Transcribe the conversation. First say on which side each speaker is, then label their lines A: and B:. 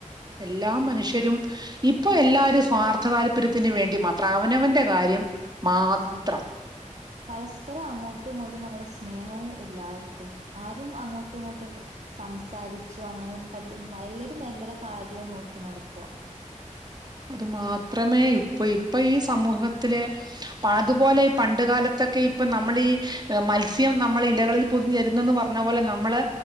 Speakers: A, on the right; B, on the right.
A: എല്ലാ മനുഷ്യരും ഇപ്പൊ എല്ലാരും സ്വാർത്ഥ താല്പര്യത്തിന് വേണ്ടി മാത്ര അവനവന്റെ കാര്യം മാത്രം
B: അതെ പരസ്പരം അങ്ങോട്ടും ഇങ്ങോട്ടും നമ്മള സ്നേഹവും എല്ലാരിക്കും ആരും അങ്ങോട്ടും ഇങ്ങോട്ടും സംസാരിച്ചു അങ്ങനെ എല്ലരും എല്ലരേം കാര്യവും നോക്കി നടക്കാ
A: അത് മാത്രമേ ഇപ്പൊ ഇപ്പൊ ഈ സമൂഹത്തിലെ പാതുപോലെ ഈ പണ്ട് കാലത്ത് ത്തൊക്കെ ഈ പ്പ നമ്മളി ഏഹ് മത്സ്യം നമ്മളിലകളിൽ പൊതി തുന്നന്ന് പറഞ്ഞ പോലെ നമ്മള്